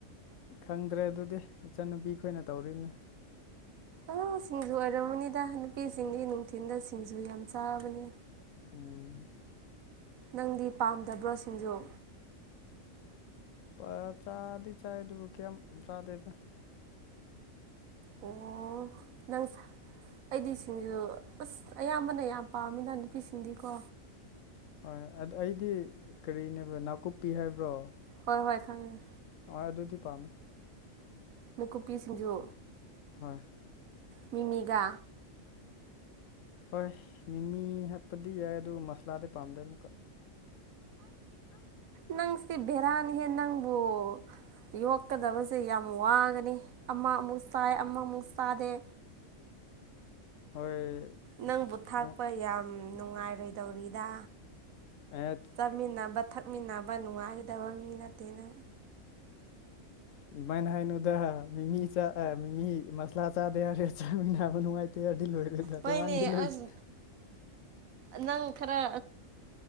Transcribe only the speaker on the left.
ꯈꯪꯗ꯭ꯔꯦ ꯑꯗꯨꯗꯤ ꯏꯆꯟꯟꯅꯨꯄꯤ ꯈꯣꯏꯅ ꯇꯧꯔꯤꯕꯅꯦ
ꯎꯝ
ꯄ ꯆꯥꯗꯤ ꯆꯥꯏꯗꯨꯕꯨ ꯀꯌꯥ ꯆꯥꯗꯦꯗ <inaudible>
ꯍꯣꯏ ꯑꯗꯨ ꯑꯩꯗꯤ ꯀꯔꯤꯅꯦꯕ ꯅꯥꯀꯨꯞꯄꯤ ꯍꯥꯏꯕ꯭ꯔꯣ
ꯍꯣꯏ ꯑꯗꯨꯗꯤ ꯄꯥꯝꯃꯦ
ꯍꯣꯏ
ꯍꯣꯏ ꯃꯤꯃꯤ ꯍꯥꯞꯄꯗꯤ ꯌꯥꯏ ꯑꯗꯨꯒ ꯃꯁꯂꯥꯗꯤ ꯄꯥꯝꯗꯩ ꯑꯃꯨꯛꯀ ꯑ
ꯍꯣꯏ
ꯑ-
ꯑꯦ
ꯑꯗꯨꯃꯥꯏꯅ ꯍꯥꯏꯅꯨꯗ ꯃꯤꯃꯤ ꯆꯥꯛꯑ ꯃꯤꯃꯤ ꯃꯁꯂꯥ ꯆꯥꯗꯦ ꯌꯥꯔꯦ ꯆꯥꯃꯤꯟꯅꯕ ꯅꯨꯡꯉꯥꯏꯇꯦ ꯍꯥꯏꯔꯗꯤ ꯂꯣꯏꯔꯦ ꯇ
ꯀꯥꯟꯗꯤ ꯂꯣꯏꯁꯦ